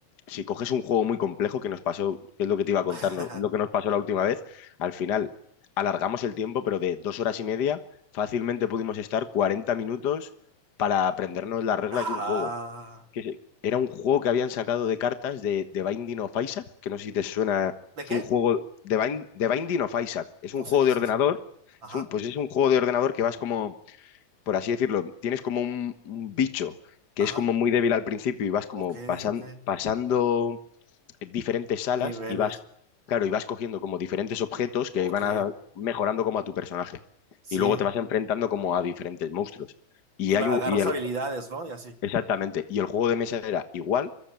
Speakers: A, on the left (about 45°); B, on the right (about 40°).
A: si coges un juego muy complejo que nos pasó, que es lo que te iba a contar,
B: <laughs>
A: no- lo que nos pasó la última vez, al final alargamos el tiempo, pero de dos horas y media fácilmente pudimos estar 40 minutos para aprendernos las reglas
B: Ajá.
A: de un juego. Que se- era un juego que habían sacado de cartas de, de Binding of Isaac, que no sé si te suena,
B: ¿De
A: es
B: qué?
A: un juego de Bind- de Binding of Isaac, es un
B: No
A: juego
B: sé qué
A: de
B: es
A: ordenador,
B: eso. Ajá.
A: es un, pues es un juego de ordenador que vas como, por así decirlo, tienes como un un bicho que
B: Ajá.
A: es como muy débil al principio y vas como
B: Ok,
A: pasan-
B: ok.
A: pasando diferentes salas
B: Niveles.
A: y vas, claro, y vas cogiendo como diferentes objetos que
B: Ok.
A: van a- mejorando como a tu personaje.
B: Sí.
A: Y luego te vas enfrentando como a diferentes monstruos. Y
B: Y
A: hay
B: va-
A: un,
B: agarras
A: y el-
B: habilidades, ¿no? Y así.
A: exactamente, y el juego de mesa era igual,